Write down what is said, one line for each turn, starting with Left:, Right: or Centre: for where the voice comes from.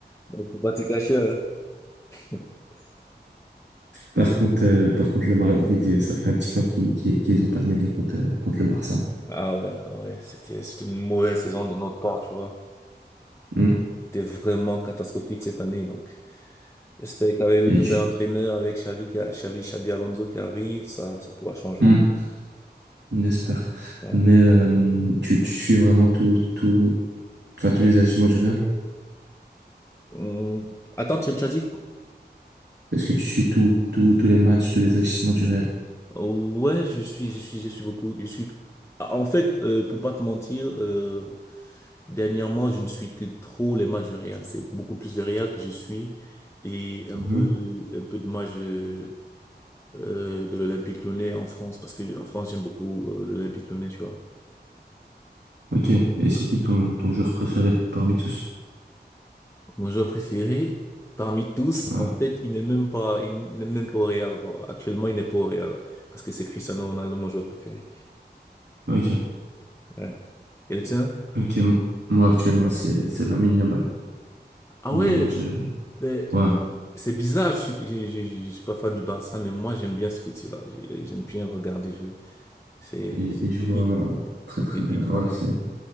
Left: Donc faut pas te cacher. hein. <laughs>
Right: Par contre, euh, par contre, le Madrid, euh, ça fait un petit temps qu'ils qu'ils, qu'ils ont pas gagné contre, euh, contre le Barça.
Left: Ah ouais, ah ouais, c'était c'était une mauvaise saison de notre part, tu vois.
Right: Mm.
Left: C'était vraiment catastrophique cette année, donc j'espère qu'avec le
Right: Et
Left: nouvel
Right: tu,
Left: entraîneur, avec Xavi, qui a- Xavi, Xabi Alonso qui arrive, ça ça pourra changer
Right: Hmm.
Left: un peu.
Right: on
Left: Ouais.
Right: Mais euh, tu, tu suis vraiment tout, tout, enfin, tous les agissements du Real?
Left: Hum, Attends, tu, tu as dit
Right: Est-ce que tu suis tout, tout, tous les matchs, tous les agissements du Real?
Left: Ouais, je suis, je suis, je suis beaucoup. Je suis. En fait, euh, pour pas te mentir, euh, dernièrement, je ne suis que trop les matchs du Real. C'est beaucoup plus de Real que je suis et un
Right: Mhm.
Left: peu, un peu de matchs euh, euh, de l'Olympique Lyonnais en France parce que en France, j'aime beaucoup euh, l'Olympique Lyonnais, tu vois.
Right: Ok. Et c'est qui ton, ton joueur préféré parmi tous?
Left: Mon joueur préféré parmi tous,
Right: Ah.
Left: en fait, il n'est même pas, il n'est même pas au Real. Actuellement, il n'est pas au Real parce que c'est Cristiano Ronaldo, mon joueur préféré.
Right: Ok.
Left: Ouais. Et le tien?
Right: Ok, m- moi actuellement c'est c'est la mini balle.
Left: Ah
Right: Vraiment,
Left: ouais.
Right: je
Left: Mais
Right: ouais,
Left: c'est bizarre, je suis, je, je- je- je suis pas fan du Barça, mais moi j'aime bien ce petit-là. J'ai- J'aime bien le regarder jouer. C'est
Right: il,
Left: c'est
Right: il
Left: une
Right: joue
Left: pépite.
Right: vraiment très
Left: C'est une
Right: très
Left: pépite,
Right: bien. Ouais,
Left: vraiment.
Right: c'est